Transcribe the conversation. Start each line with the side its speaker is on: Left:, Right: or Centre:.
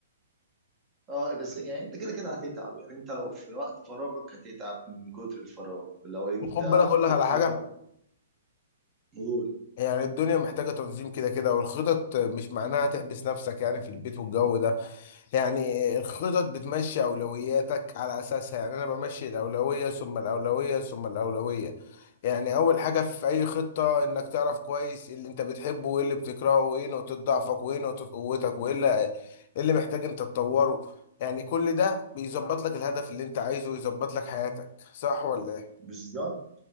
Right: اه بس يعني انت كده كده هتتعب يعني انت لو في وقت فراغك هتتعب من كتر الفراغ لو انت
Left: وخد بالك اقول
Right: حاطط
Left: لك على
Right: خطط
Left: حاجه
Right: قول
Left: يعني الدنيا محتاجه تنظيم كده كده والخطط مش معناها تحبس نفسك يعني في البيت والجو ده يعني الخطط بتمشي أولوياتك على أساسها يعني أنا بمشي الأولوية ثم الأولوية ثم الأولوية يعني أول حاجة في أي خطة إنك تعرف كويس اللي أنت بتحبه وإيه اللي بتكرهه وإيه نقطة ضعفك وإيه نقطة قوتك وإيه اللي إيه اللي محتاج أنت تطوره يعني كل ده بيظبط لك الهدف اللي أنت عايزه ويظبط لك حياتك صح ولا إيه؟
Right: بالظبط